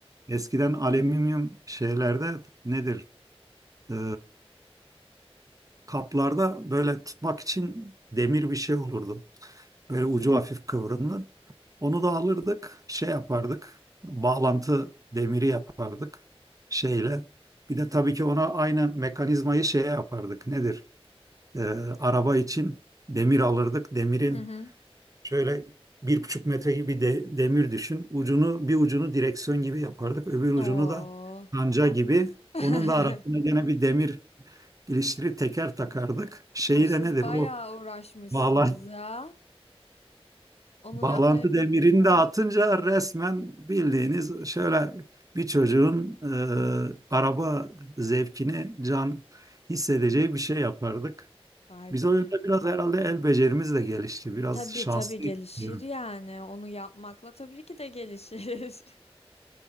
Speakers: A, on the right (about 35°); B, on the left (about 80°).
A: Eskiden alüminyum şeylerde nedir? e, kaplarda böyle tutmak için demir bir şey olurdu. Böyle ucu hafif kıvrımlı. Onu da alırdık, şey yapardık. Bağlantı demiri yapardık şeyle. Bir de tabii ki ona aynı mekanizmayı şeye yapardık. Nedir? E, araba için demir alırdık. Demirin
B: Hı hı.
A: şöyle bir buçuk metre gibi de, demir düşün. Ucunu bir ucunu direksiyon gibi yapardık. Öbür ucunu
B: Oo.
A: da kanca gibi.
B: <laughs>
A: Onun da arasına gene bir demir ilişkileri teker takardık. Şeyi
B: O siz
A: de nedir?
B: bayağı
A: O
B: uğraşmışsınız
A: bağlan
B: ya.
A: <laughs>
B: Onu
A: bağlantı
B: yapmaya
A: demirini
B: bir gün falan.
A: de atınca resmen bildiğiniz şöyle bir çocuğun e, araba zevkini can hissedeceği bir şey yapardık.
B: Vay
A: Biz
B: be.
A: o yönde biraz herhalde el becerimiz de gelişti. Biraz
B: Tabii
A: şanslıydık
B: tabii gelişir
A: diyorum.
B: yani. Onu yapmakla tabii ki de gelişir. <laughs>